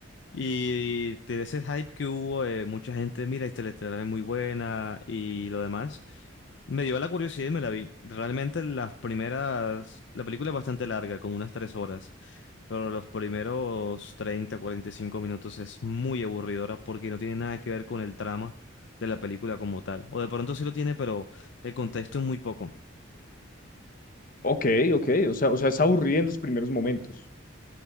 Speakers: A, on the left (about 60°); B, on the left (about 45°).
A: Y de ese hype que hubo, eh, mucha gente, mira, Interestelar es muy buena y lo demás, me dio la curiosidad y me la vi. Realmente las primeras, la película es bastante larga, como unas tres horas, pero los primeros treinta cuarenta y cinco minutos es muy aburridora porque no tiene nada que ver con el trama de la película como tal. O de pronto sí lo tiene, pero el contexto es muy poco.
B: Ok, ok, o sea, o sea, es aburrida en los primeros momentos.